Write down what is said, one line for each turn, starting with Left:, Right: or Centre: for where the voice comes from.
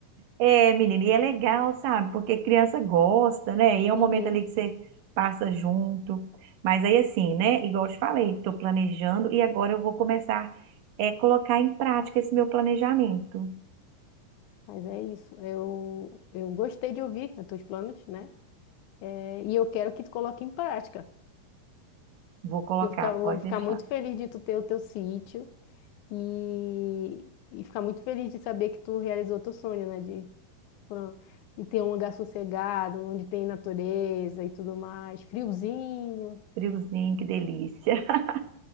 Right: É, menina, e é legal, sabe? Porque criança gosta, né? E é
Left: Uhum.
Right: um momento ali que você passa junto. Mas aí, assim, né? Igual eu te falei, estou planejando e agora eu vou começar é, colocar em prática esse meu planejamento.
Left: Mas é isso, eu, eu gostei de ouvir os teus planos, né? É, e eu quero que tu coloque em prática.
Right: Vou colocar,
Left: Porque Eu fica- vou
Right: pode
Left: ficar
Right: deixar.
Left: muito feliz de tu ter o teu sítio e, e ficar muito feliz de saber que tu realizou teu sonho, né? De, pro- de ter um lugar sossegado, onde tem natureza e tudo mais, friozinho.
Right: Friozinho, que delícia. <laughs>